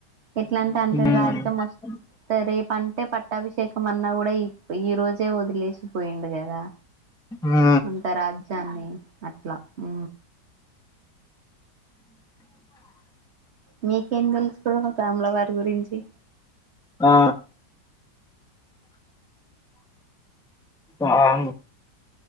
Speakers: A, on the right (about 45°); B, in the centre.
A: ఎట్లా అంటే అంటే
B: ఉమ్
A: రాజ్యం వ త రేపంటే పట్టాభిషేకం అన్నా కూడా ఈ రోజే వదిలేషిపోయిండు కదా
B: ఆ
A: అంత రాజ్యాన్ని అట్లా ఉ మీకేం తెలుసు బ్రో రాములవారి గురించి
B: ఆ ఆ